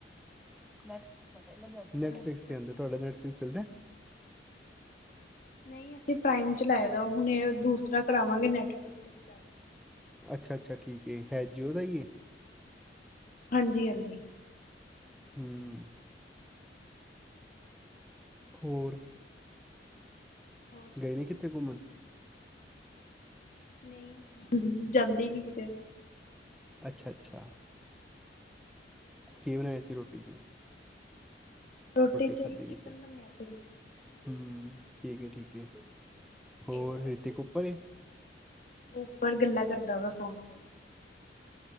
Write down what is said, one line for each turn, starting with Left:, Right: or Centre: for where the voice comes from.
Centre: ਨੈਟਫਲਿਕਸ ਤੇ ਆਂਦਾ, ਨੈਟਫਲਿਕਸ
Left: ਹਾਂਜੀ
Centre: ਤੇ
Left: ਅੱਛਾ
Centre: ਆਂਦਾ, ਤੁਆਡਾ
Left: ਅੱਛਾ
Centre: ਨੈਟਫਲਿਸ ਚਲਦਾ।
Left: ਨਈ ਅਸੀਂ ਪ੍ਰਾਈਮ ਚਲਾਇਆ ਦਾ, ਹੁਣ ਏ ਦੂਸਰਾ ਕਰਾਵਾਂਗੇ ਨੈਟਫਲਿਕਸ ਰਿਚਾਰਜ।
Centre: ਅੱਛਾ- ਅੱਛਾ ਠੀਕ ਏ ਹੈ ਜੀਓ ਦਾ ਈਏ।
Left: ਹਾਂਜੀ -ਹਾਂਜੀ।
Centre: ਹੂੰਅ। ਹੋਰ।
Left: ਬਹੁਤ
Centre: ਗਏ
Left: ਵਧੀਆ
Centre: ਨੇ ਕਿੱਤੇ ਘੁੰਮਣ।
Left: ਨਈ ਜਾਂਦੇ ਈ ਨੀ ਕਿਤੇ ਅਸ
Centre: ਅੱਛਾ, ਅੱਛਾ। ਕੀ ਬਣਾਇਆ ਸੀ ਰੋਟੀ 'ਚ।
Left: ਰੋਟੀ 'ਚ
Centre: ਖਾਧੀ
Left: ਓਈ ਚਿਕਨ
Centre: ਨੀ ਸੱਚ
Left: ਬਣਿਆ ਸੀ।
Centre: ਹੂੰ ਠੀਕ ਐ -ਠੀਕ ਐ ਹੋਰ
Left: ਏਅਰ
Centre: ਰਿਤਿਕ ਉੱਪਰ ਏ।
Left: ਓ ਉੱਪਰ ਗੱਲਾਂ ਕਰਦਾ ਵਿਆ ਫੋਨ ਤੇ।